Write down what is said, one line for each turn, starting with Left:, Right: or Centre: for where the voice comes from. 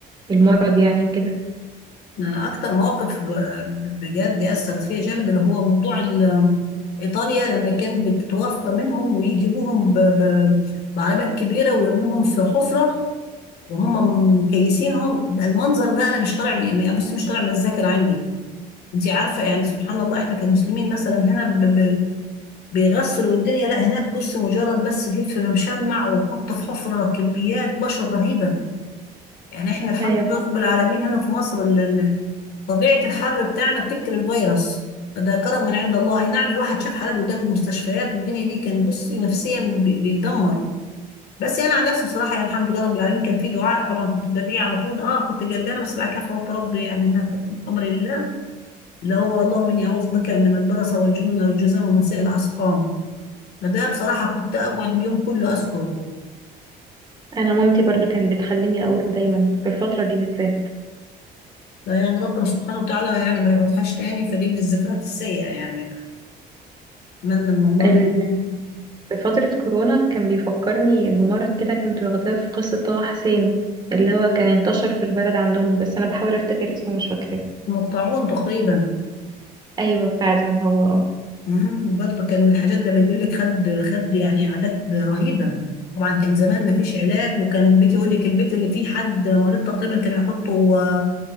Right: المرض يعني وكده
Left: أنا اكتر مواقف آه، بجد اثرت فيها جامد اللي هو موضوع ال- ايطاليا لما كانت بتتوفى منهم ويجيبوهم ب- ب- بعربات كبيره ويرموهم في حفره وهم مكيسينهم ده المنظر ده انا مش طالع من- بصي مش طالع من الذاكره عندي انت عارفه يعني سبحان الله احنا كمسلمين مثلا هنا ب- ب- بيغسلوا الدنيا لا هناك بص مجرد بس تلف بمشمع وتحط في حفره كميات بشر رهيبه يعني احنا الحمد
Right: أيوة
Left: لله
Right: فعلا.
Left: رب العالمين هنا في مصر ال- ال- طبيعة الحر بتاعنا بتقتل الفيروس فده كرم من عند الله اي نعم الواحد شاف حالات قدام المستشفيات والدنيا دي كان بصي نفسيا بي- بيتدمر بس انا عن نفسي بصراحة يعني الحمد لله رب العالمين كان في دعاء طبعا كنت بدعي على طول اه كنت قلقانة بس بعد كده فوت ربي يعني إنها في امر الله اللي هو اللهم اني اعوذ بك من البرص والجنون والجذام ومن سائر الاسقام فده بصراحة كنت اقعد اليوم كله اذكره
Right: أنا مامتي برضو كانت بتخليني أقوله دايما في الفترة دي بالذات
Left: لا يعني ربنا سبحانه وتعالى يعني ما يقعدهاش تاني فدي من الذكريات السيئة يعني اتمنى من الله
Right: ال-
Left: إن-
Right: في فترة كورونا كان بيفكرني بمرض كده كنت واخداه في قصة طه حسين اللي هو كان انتشر في البلد عندهم بس أنا بحاول أفتكر اسمه مش فاكراه
Left: من الطاعون تقريبا
Right: أيوة فعلا هو آه.
Left: مم، برضه كان من الحاجات ده بيقول لك خد خد يعني اعداد رهيبه طبعا كان زمان ما فيش علاج وكان بيتي يقول لك البيت اللي فيه حد مريض تقريبا كانوا يحطوا آه،